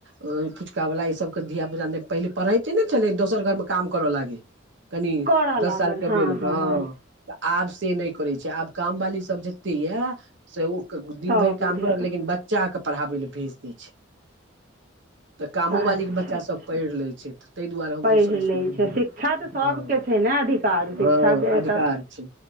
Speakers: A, on the right; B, on the right.
A: अ फुचका वला ई सबके धिया-पुता नै पहिले पढ़िते नै छलै दोसर घर मे काम करऽ लागय। कनि
B: करय
A: दस
B: लागल
A: सालके
B: हँ
A: भेल
B: हँ
A: गाअ
B: हँ
A: तऽ आब से नै करै छै, आब काम वाली सब जत्ते यै से ओ क दिन
B: सभ
A: भैर
B: अपन
A: काम
B: धियापुता
A: करत लेकिन बच्चाके पढ़ाबै लै भेज दै छै। तऽ कामो बालीके
B: अच्छा
A: बच्चा
B: अच्छा
A: सब पढ़ लै छै तै दुआरे हम
B: पढ़ि
A: दोसर
B: लै
A: स्कुल गेलियै
B: छै
A: नै
B: शिक्षा तऽ सभके
A: हां।
B: छै ने अधिकार शिक्षाके
A: हां अधिकार
B: तऽ
A: छै,